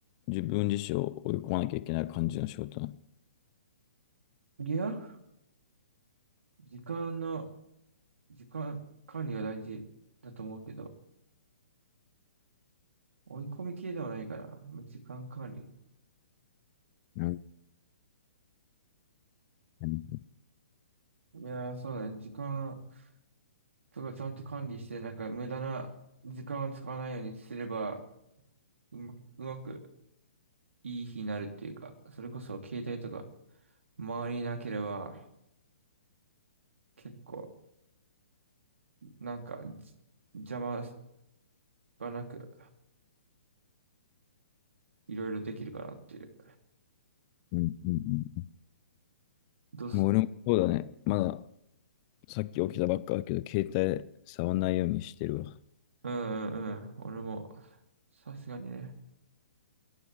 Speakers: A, on the left; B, on the right.
A: 自分自身を追い込まなきゃいけない感じの仕事なの。
B: いや、時間の、時間管理が大事だと思うけど、追い込み系ではないから、まあ時間管理。
A: うんうん
B: いやー、そうだね。時間とかちゃんと管理して、なんか無駄な時間を使わないようにすれば、うま、うまくいい日になるっていうか、それこそ携帯とか周りになければ、結構、なんか、じ邪魔がなく、いろいろできるかなっていう。
A: うんうん
B: どうす、
A: もう俺もそうだね。まださっき起きたばっかだけど、携帯触んないようにしてるわ。
B: うんうんうん。俺も、さすがにね。